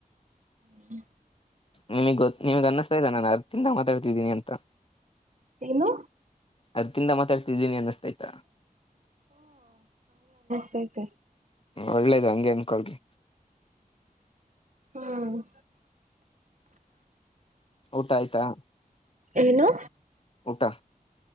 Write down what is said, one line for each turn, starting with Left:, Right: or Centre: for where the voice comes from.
Right: ಹ್ಮ
Left: ನಿಮಗ್ ಗೊ ನಿಮ್ಗೆ ಅನ್ನ್ತಾ ಇಲ್ಲ ನಾನು ಅತ್ತಿಂದ ಮಾತಾಡ್ತಿದ್ದೀನಿ ಅಂತ
Right: ಏನು
Left: ಅದ ತಿಂದ ಮಾತಾಡ್ತಿದ್ದೀನಿ ಅನ್ನಸ್್ತ ಆಯ್ತಾ
Right: ತತ
Left: ಒಳ್ಳೇದು ಹಂಗಗೆ ಅನ್ಕಳಿ
Right: ಹ್ಮ
Left: ಊಟ ಆಯ್ತಾ
Right: ಏನು
Left: ಊಟಾ